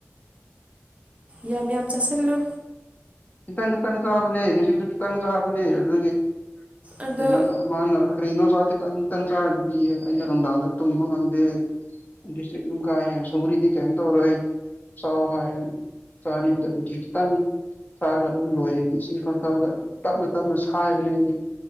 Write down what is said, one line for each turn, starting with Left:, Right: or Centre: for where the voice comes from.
Right: ꯌꯥꯝ ꯌꯥꯝ ꯆꯥꯁꯤꯜꯂꯨ
Left: ꯈꯤꯇꯪ ꯈꯤꯇꯪ ꯆꯥꯕꯅꯦ ꯉꯁꯤꯁꯨ ꯈꯤꯇꯪ ꯆꯥꯕꯅꯦ ꯑꯗꯨꯒꯤ
Right: ꯑꯗꯣ
Left: ꯩꯅꯣ ꯅ ꯃꯥ ꯅ ꯀꯔꯤꯅꯣ ꯁ ꯇ ꯈꯤꯇꯪ ꯆꯥꯔꯗꯤꯦꯛ ꯑꯩꯅ ꯅꯨꯡꯗꯥꯡꯗ ꯇꯨꯝꯕ ꯉꯝꯗꯦ ꯁꯔꯤ ꯀ ꯁꯧꯔꯤꯗꯤ ꯀꯦꯝ ꯇꯧꯔꯣꯏꯦ ꯆꯥꯎ ꯍꯥꯏ ꯆꯥꯅꯤꯗꯕꯗꯤ ꯈꯤꯇꯪ ꯆꯥꯔꯒ ꯑꯗꯨꯝ ꯂꯣꯏꯗꯤ ꯁꯤ ꯈꯪꯊꯥꯑꯒ ꯇꯞꯅ ꯇꯞꯅ ꯁꯥꯏꯕꯅꯦ ꯍꯥꯏꯗꯤ